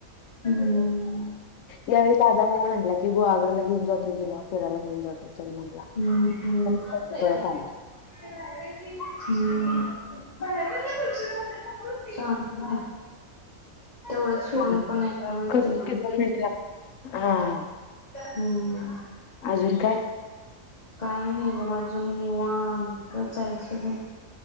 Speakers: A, on the left; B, on the left.
A: हम्म.
B: यावेळी दादा म्हटला की गुहागराला घेऊन जातो तुला फिरायला घेऊन जातो चल म्हटला...
A: हम्म
B: मग मी पळत आलो.
A: हम् हम्म.... <unintelligible> तेवढंच फिरून
B: हा
A: पण यायला मिळतेय.
B: करतो की दोन मिनिटं लागतात. हा
A: ह....
B: अजून काय?
A: काही नाही बघ अजून निवांच ये....